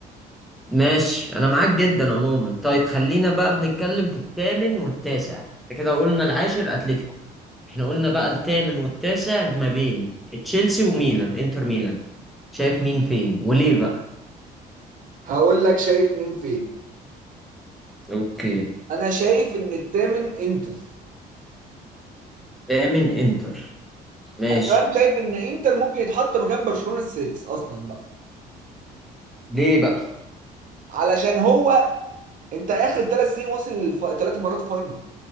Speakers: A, in the centre; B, on the right.
A: ماشي أنا معاك جدا عموما طيب خلينا بقى بنتكلم في الثامن والتاسع إحنا كده قلنا العاشر أتلتيكو إحنا قلنا بقى الثامن والتاسع ما بين تشيلسي وميلان إنتر ميلان شايف مين فين وليه بقى
B: هقول لك شايف مين فين
A: اوكي
B: انا شايف ان الثامن انتر
A: تامن انتر ماشي
B: انا كمان شايف ان انتر ممكن يتحط مكان برشلونة السادس اصلا بقى
A: ليه بقى
B: علشان هو انت اخر ثلاث سنين واصل الف... ثلاث مرات فاينل